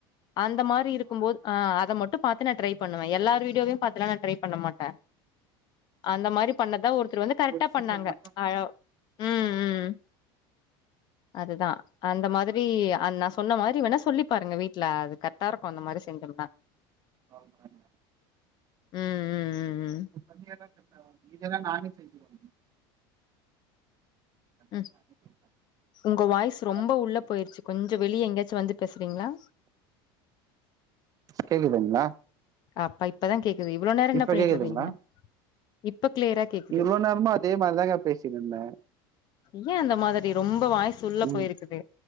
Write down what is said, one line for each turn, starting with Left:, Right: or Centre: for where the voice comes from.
Left: அந்த
Right: ஆமா
Left: மாரி
Right: ஆமா
Left: இருக்கும்போத்
Right: ஆ.
Left: அ அத மட்டு பாத்து நா ட்ரை பண்ணுவ எல்லாரு வீடியோவ்யு பாத்துலா நா ட்ரை பண்ண மாட்ட அந்த மாரி பண்ணத்தா ஒருத்தரு வந்து கரெட்டா
Right: ஒரு சிலர்
Left: பண்ணாங்க
Right: மட்டு
Left: அழ ம் ம் அதுதா அந்த மாதிரி அன் நா சொன்ன மாரி வேன் ணா சொல்லி பாருங்க வீட்ல அது கர்ட்டா இருக்கு அந்த மாரி செஞ்சோம்னா
Right: பால் பேணியா
Left: ம் ம் ம் ம்
Right: கம்மியாதா கேப்ப மீதியெல்லா நானே செஞ்சுருவ இதெல்லாம்
Left: ம்
Right: நானே செஞ்சுருவேன்.
Left: உங்க வாய்ஸ் ரொம்ப
Right: பார்த்து
Left: உள்ள பொய்ருச்சு கொஞ்சொ வெளிய எங்கயாச்சு வந்து பேசுறீங்ளா
Right: கேக்குதுங்ளா
Left: அப்ப இப்பதா கேக்குது இவ்வளோ நேரொ என்ன
Right: இப்ப
Left: பண்ணிட்ருந்தீங்க
Right: கேக்குதுங்களா
Left: இப்ப கிளியரா கேக்குது
Right: இவ்ளோ நேரமு அதே மார்தாங்க பேசிணுர்ந்த
Left: ஏ அந்த மாதிரி ரொம்ப வாய்சு உள்ள
Right: ம்
Left: போயிருக்குது